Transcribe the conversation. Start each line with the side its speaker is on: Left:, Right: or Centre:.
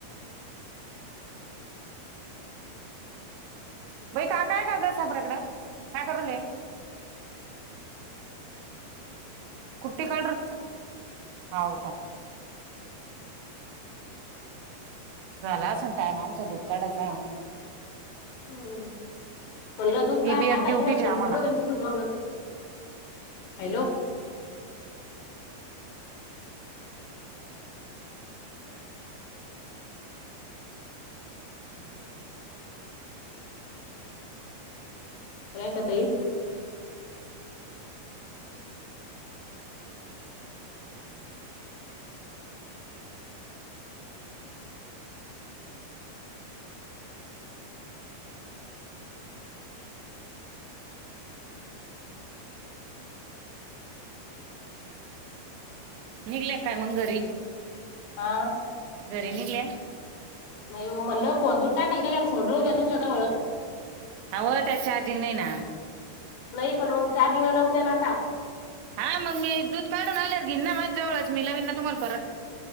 Right: बाई का काय-कास आपराकड काय करूले. कुठ्टी काढ र, होव का. झाला असन टाईम आमचा दूध काढायचा.
Left: हम्, म्हणलं दूध
Right: ती
Left: काय
Right: बी एक
Left: टाकाल
Right: ड्युटीची
Left: म्हणज
Right: आम्हाला
Left: दूधवड. हॅलो. हम <unintelligible> रेखा ताई.
Right: निघले काय मंग घरी.
Left: हा.
Right: घरी निघल्या.
Left: नाही ओ म्हणलं फोन, दूध टाकायले गेल्या वर फोन राहू द्या तुमच्या जवळच.
Right: हव त्यात चार्जिंग नाही ना.
Left: नाही पण मग, चार्जिंगला लाऊन द्या ना आता.
Right: हा मग मी दूध काढून आल्यार घीन ना, माझ्या जवळच मी लावीन ना तुम्हाला परत.